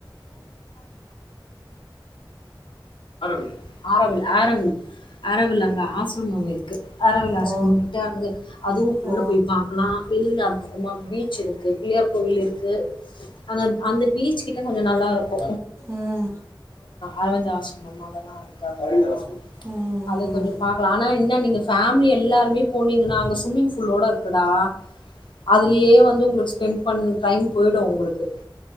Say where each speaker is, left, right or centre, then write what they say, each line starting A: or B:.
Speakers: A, on the left; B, on the right.
A: ஆரோவில் ஆரோவில் அங்க ஆசிரமோ இருக்கு ஆரோவில் ஆசிரமோன்ட்டு
B: ஓ
A: இருக்கு அங்க அதுவு உள்ள
B: ஓ
A: போய் பாக்கலா வெளில அதுக்கப்புறமா பீச் இருக்கு பிள்ளையார் கோவில் இரு க்கு அந்த அந்த பீச் கிட்ட கொஞ்ச நல்லா இரு க்கு
B: ம்
A: அரவிந்த ஆசரமம் அதெல்லா இருக்கு அங்க ஆ
B: ம்
A: அது கொஞ்ச பாக்கலா ஆனா என்ன நீங்க ஃபேமிலி எல்லாருமே போனீங்கன்னா அங்க ஸ்விம்மிங் ஃபூலோட இருக்குடா அதுலயே வந்து உங்களுக்கு ஸ்பென்ட் பண் டைம் போயிடு உங்களுக்கு